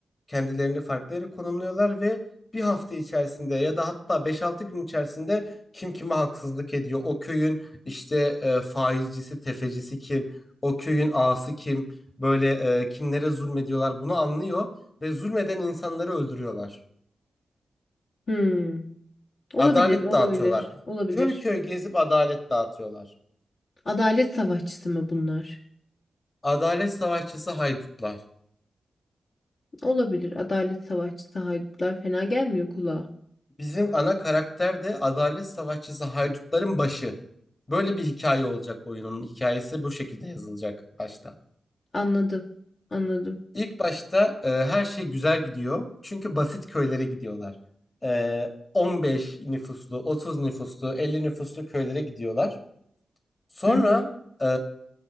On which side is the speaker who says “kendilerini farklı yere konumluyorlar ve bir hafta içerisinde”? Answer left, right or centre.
Left